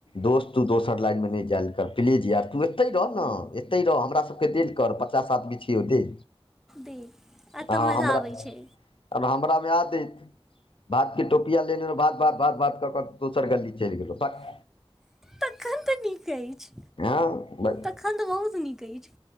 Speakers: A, on the left; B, in the centre.
A: दोस्त तू दोसर लाइनमे नहि जायल कर प्लीज यार तू एतहि रह ने एतहि रह हमरा सभ सबके तेल कर पचास आदमी छियऔ दे
B: दे एतऽ
A: अहाँ
B: मजा
A: हमरा
B: आबै छै
A: आब हमरा में आदेत भातके टोपिया लेनेहुँ भात भात भात भात कऽ कऽ दोसर गली चलि गेलहु पक
B: तखन नीक अछि
A: हँ ब
B: अखन त बहुत नीक अछि